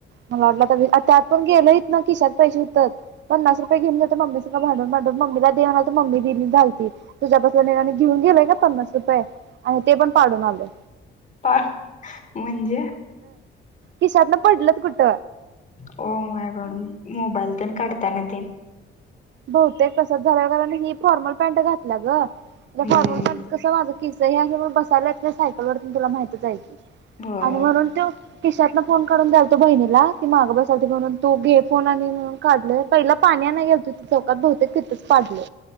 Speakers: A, on the right (about 65°); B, on the left (about 40°).
A: मला वाटलं तर त्यात पण गेलंत ना किशात पैसे होते पन्नास रुपये घेऊन गेले. मम्मीस भांडून भांडून मम्मीला दे म्हणल तर मम्मी दिना झाली. तुझ्यापसल्या निळ्यान घेऊन गेलंय का? पन्नास रुपये आणि ते पण पाडून आले.
B: प म्हणजे?
A: किशातनं पडले कुठ?
B: ओ माय गॉड मोबाईल तून कढताना त
A: बहुतेक कसात झा कारण ही फॉर्मल पॅ्ट घातला ग
B: हम्म
A: फॉर्मल पॅ्ट कस माझं. कि हे बसायला येत नाही सायकल वरतीून तुला माहती जाय क
B: होय
A: आणि म्हणून ते किशाततला फोन काढून द्यायतो बहिणीला ती माग बसावती म्हणून तो घे फोन आणि म्हणून काढले पहिला पाणी चौकात बहुतेक तिथंच पाडलं.